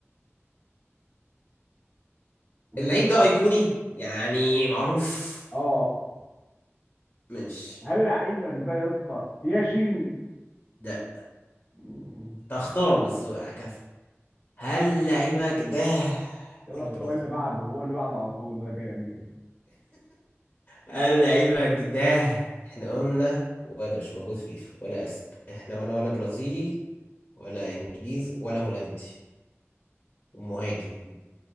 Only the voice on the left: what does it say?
اللعيب ده ايقوني يعني معروف
مش
ده
تختاره بس عكس هل لعيبك ده
ولا
برازيل
هل لعيبك ده احنا قلنا ولا مش موجود في فيفا ولا اسب احنا قلنا ولا برازيلي ولا انجليزي ولا هولندي ومهاجم